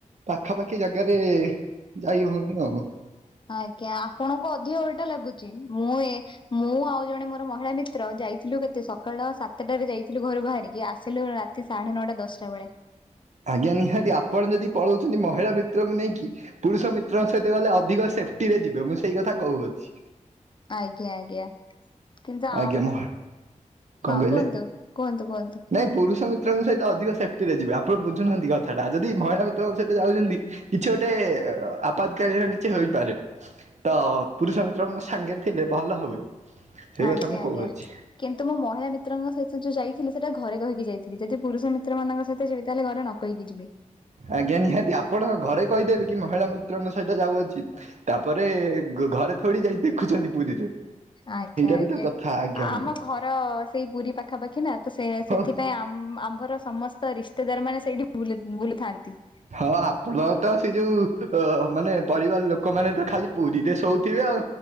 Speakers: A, on the right; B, on the left.
A: ପାଖାପାଖି ଜାଗାରେ ଯାଇ ହଉନି ଆଉ।
B: ଆଜ୍ଞା ଆପଣଙ୍କୁ ଅଧିକ ବାଟ ଲାଗୁଚି, ମୁଁ ଏ ମୁଁ ଆଉ ଜଣେ ମୋ ମହିଳା ମିତ୍ର ଯାଇଥିଲୁ କେତେ ସକାଳ ସାତଟାରେ ଯାଇଥିଲୁ ଘରୁ ବାହାରିକି, ଆସ୍ ଆସିଲୁ ରାତି ସାଢ଼େ ନଅଟା ଦଶଟା ବେଳେ।
A: ଆଜ୍ଞା ନିହାତି, ଆପଣ ଯଦି ପଳଉଛନ୍ତି ମହିଳା ମିତ୍ରକୁ ନେଇକି। ପୁରୁଷ ମିତ୍ରଙ୍କ ସହିତ ଗଲେ ଅଧିକ ସେଫ୍ଟି ରେ ଯିବେ, ମୁଁ ସେଇ କଥା କହୁଅଛି।
B: ଆଜ୍ଞା, ଆଜ୍ଞା, କିନ୍ତୁ
A: ଆଜ୍ଞା ମ କଣ
B: ହଁ
A: କହିଲେ?
B: କୁହନ୍ତୁ, କୁହନ୍ତୁ, କୁହନ୍ତୁ?
A: ନାଇଁ ପୁରୁଷ ମିତ୍ରଙ୍କ ସହିତ ଅଧିକ ସେଫ୍ଟିରେ ଯିବେ। ଆପଣ ବୁଝୁନାହାଁନ୍ତି କଥାଟା, ଯଦି ମହିଳା ମିତ୍ରଙ୍କ ସହିତ ଯାଉଛନ୍ତି କିଛି ଗୋଟେ ଆପାତକାଳୀନ କିଛି ହୋଇପାରେ। ତ ପୁରୁଷ ମିତ୍ରଙ୍କ ସାଙ୍ଗରେ ଥିଲେ ଭଲ ହୁଏ। ସେଇ
B: ଆଜ୍ଞା
A: କଥା ମୁଁ
B: ଆଜ୍ଞା,
A: କହୁଅଛି
B: କିନ୍ତୁ ମୋ ମହିଳା ମିତ୍ରଙ୍କ ସହିତ ଯୋଉ ଯାଇଥିଲି, ସେଟା ଘରେ କହିକି ଯାଇଥିଲି, ଯଦି ପୁରୁଷ ମି ପିତ୍ର ମାନଙ୍କ ସହିତ ଯିବି, ତାହେଲେ ଘରେ ନ କହିକି ଯିବି।
A: ଆଜ୍ଞା ନିହାତି, ଆପଣ ଘରେ କହିଦେବେ କି ମହିଳା ମିତ୍ରଙ୍କ ସହିତ ଯାଉଅଛି। ତାପରେ ଘରେ ଥୋଡି ଯାଇ ଦେଖୁଛନ୍ତି ପୁରୀରେ।
B: ଆଜ୍ଞା
A: ଏଇଟା
B: ଆଜ୍ଞା।
A: ବି ତ କଥା ଆଜ୍ଞା
B: ଆମ
A: ଆଜ୍ଞା
B: ଘର ସେଇ ପୁରୀ ପାଖାପାଖି ନା, ତ ସେ ସେଥିପାଇଁ
A: ହଉ
B: ଆମ ଆମ୍ଭର ସମସ୍ତ ରିସ୍ତେଦାର ମାନେ ସେଇଠି ବୁଲ ବୁଲୁଥାନ୍ତି।
A: ହଁ ଆପଣ ତ ସେ ଯୋଉ, ଅ ମାନେ ପରିବାର ଲୋକମାନେ ତ ଖାଲି ପୁରୀରେ ଶୋଉଥିବେ ଆଉ।